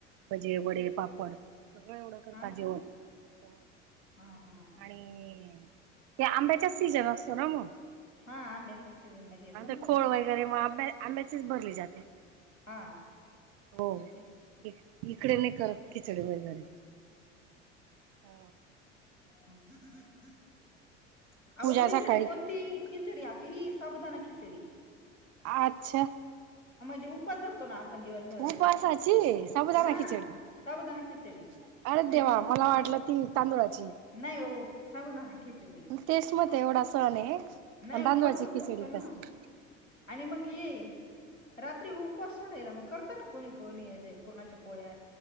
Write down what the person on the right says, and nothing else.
भजे, वडे,
पापड सगळं एवढं करता
जेवण,
हो
आणि त्या आंब्याचा सीजन असतो ना म
आता
खोळ
वगैरे मग आंब्या आंब्याचेच बरली जाते.
हो,
इकडे नाही करत खिचडी वगैरे ह
पूजा
सकाळी
आच्छा
उपासाची साबुदाणा
खिचडी
अरे देवा,
मला वाटलं ती तांदुळाची
तेच म्हणते एवढा सण आहे आणि
तांदूळाची खिचडी
कसं?
<inaudible>